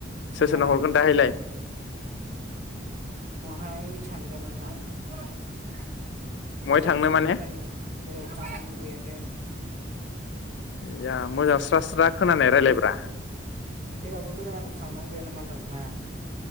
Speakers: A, on the right (about 35°); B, on the left (about 60°).
A: नोंहालाय
B: सोर सोरनो हरगोन
A: माबावथा
B: दाहायलाय
A: बहाय थांगोन नोंहा? <unintelligible>
B: बहाय
A: जेरावबो
B: थांनो
A: थानो
B: माने
A: लुगैया बेरायनांगौ।
B: जा मोजां स्रा स्रा खोनानाय रायलायब्रा
A: जेरावबो बोराय नांगौ थांनांगौ गैया नामा होनदो नोंहा?